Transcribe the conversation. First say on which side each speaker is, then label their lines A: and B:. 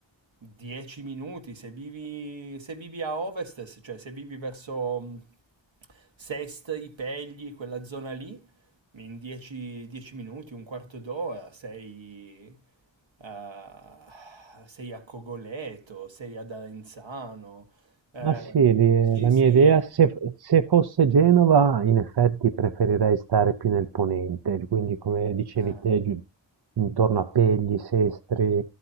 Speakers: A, on the right; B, on the right.
A: 10 minuti, se vivi, se vivi a ovest, se- cioè se vivi verso mh, Sest, i Pegli, quella zona lì, in 10, 10 minuti, un quarto d'ora sei, eh, sei a Cogoleto, sei ad Arenzano. eh,
B: Ma sì, li-
A: sì,
B: la
A: sì,
B: mia idea,
A: è proprio...
B: se, se fosse Genova, in effetti preferirei stare più nel ponente, quindi come dicevi
A: ah,
B: te, giù- intorno a Pegli, Sestri,